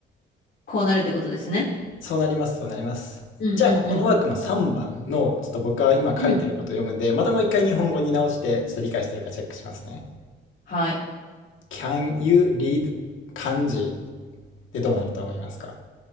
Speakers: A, on the left; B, on the left.
A: こうなるってことですね。
B: そうなります、そうなります。
A: うん、うん、
B: じゃあ、ここのワークの3番の、ちょっと僕は今書いてることを読むんで、
A: うん。うん。
B: またもう一回日本語に直して、ちょっと理解してるかチェックしますね。
A: はい。
B: Can you read 漢字でどうなると思いますか